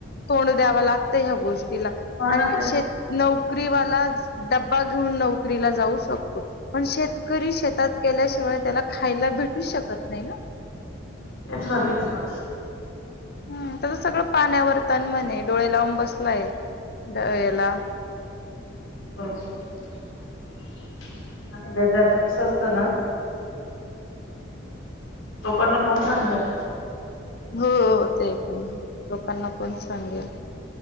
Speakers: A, on the left (about 50°); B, on the left (about 85°).
A: तोंड द्याव लागतं ह्या गोष्टीला
B: हो
A: आणि
B: ना त्यांची
A: शेत नोकरीवालाच डब्बा घेऊन नोकरीला जाऊ शकतो. पण शेतकरी शेतात गेल्याशिवाय त्याला खायला भेटू शकत नाही ना.
B: ते तर आहेच ना.
A: हम् त्याचं सगळं पाण्यावरताण म्हणे डोळे लावून बसलाय दरवेळेला
B: <unintelligible> आता कसं असतं ना लोकांना कोण सांगणार?
A: हो ते पण आहे, लोकांना पण सांगेल?